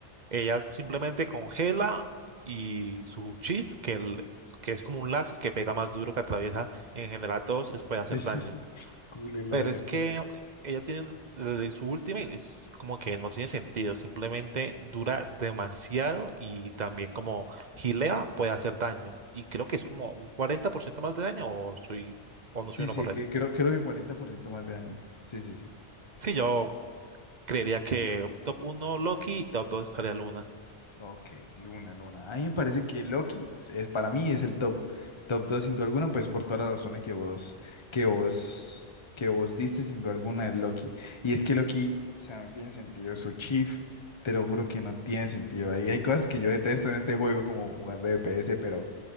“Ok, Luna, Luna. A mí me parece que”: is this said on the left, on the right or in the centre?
Left